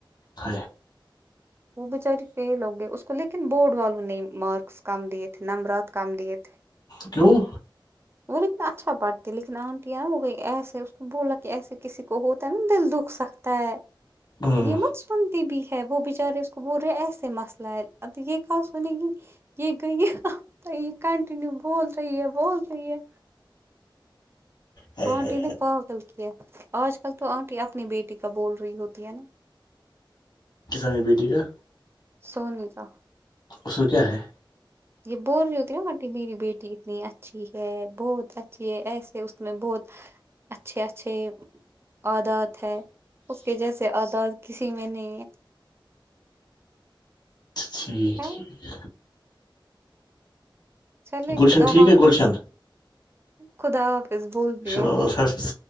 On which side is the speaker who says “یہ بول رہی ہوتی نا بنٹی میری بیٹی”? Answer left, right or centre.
Right